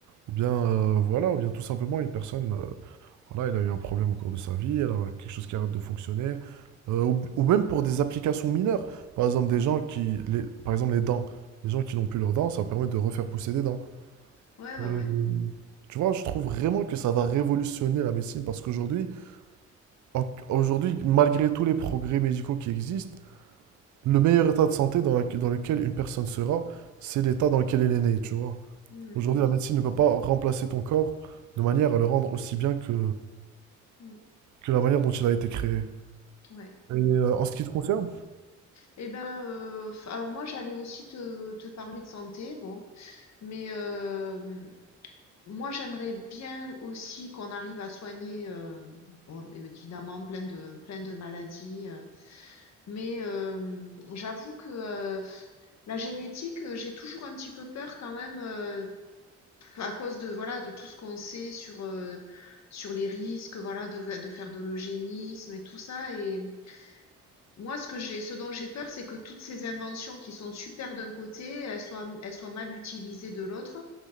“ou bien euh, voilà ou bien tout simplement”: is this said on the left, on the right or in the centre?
Right